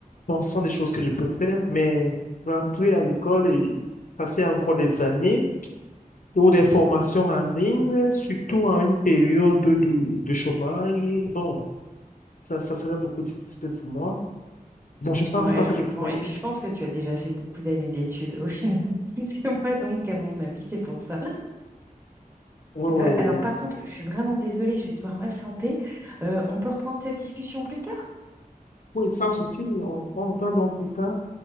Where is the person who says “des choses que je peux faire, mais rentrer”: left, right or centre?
Left